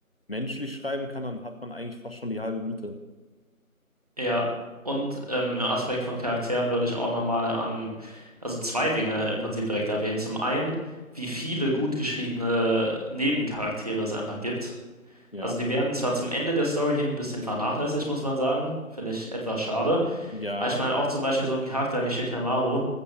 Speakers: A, on the left; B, on the right.
A: menschlich schreiben kann, dann hat man eigentlich fast schon die halbe Miete.
B: Ja, und ähm, im Aspekt von Charakteren würde ich auch nochmal an, also zwei Dinge im Prinzip direkt erwähnen. Zum einen, wie viele gut geschriebene Nebencharaktere es einfach gibt.
A: Ja,
B: Also die werden zwar zum Ende der Story hin ein bisschen vernachlässigt, muss man sagen. Finde ich etwas schade.
A: ja.
B: Aber ich meine auch zum Beispiel so einen Charakter wie Shikamaru,